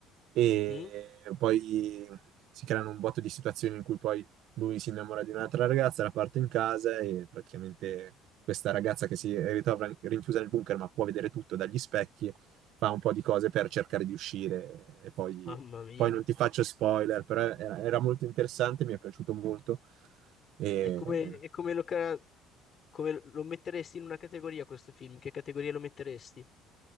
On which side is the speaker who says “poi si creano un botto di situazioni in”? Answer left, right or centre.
Right